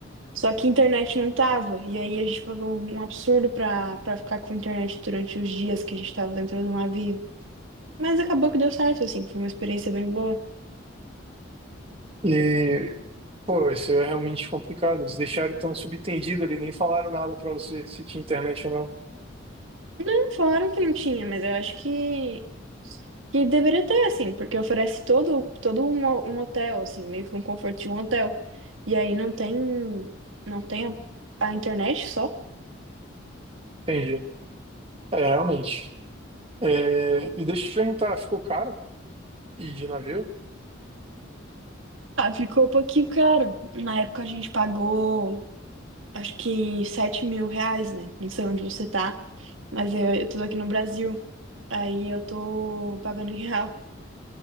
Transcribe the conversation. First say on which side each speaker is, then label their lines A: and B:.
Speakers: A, on the right; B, on the right.
A: Só que internet não tava. E aí a gente pagou um um absurdo pra, pra ficar com internet durante os dias que a gente tava dentro do navio. Mas acabou que deu certo, assim. Foi uma experiência bem boa.
B: E, pô, isso é realmente complicado. Eles deixaram tão subentendido ali, nem falaram nada para você se tinha internet ou não.
A: Não, falaram que não tinha, mas eu acho que, que deveria ter, assim, porque oferece todo, todo um, ho- um hotel, assim, meio que um conforto de um hotel. E aí não tem, não tem a, a internet só.
B: Entendi. É, realmente. É, e deixa eu te perguntar, ficou caro ir de navio?
A: Ah, ficou um pouquinho caro. Na época a gente pagou, acho que sete mil reais, né? Não sei onde você tá, mas eu, eu tô aqui no Brasil. Aí eu tô pagando em real.